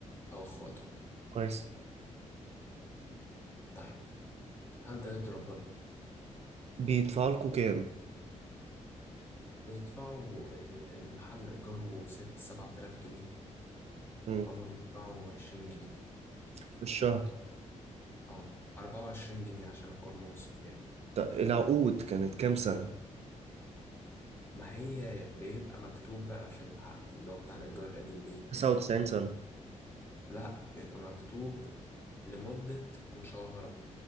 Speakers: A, on the left; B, on the right.
A: أو إخواتهم
B: كويس
A: طيب هل ده يرضي ربنا؟
B: بيدفع لكم كام
A: بيدفعوا ال- المحل إيجاره ست سبعة آلاف جنيه
B: مم.
A: هما بيدفعوا عشرين جنيه
B: في الشهر
A: اه أربعة وعشرين جنيه عشان أكون منصف يعني
B: ط- العقود كانت كام سنة؟
A: ما هي بيبقى مكتوب بقى في العقد اللي هو بتاع الإيجار القديم إيه؟
B: 99 سنة
A: لا بيبقى مكتوب لمدة مشاهرة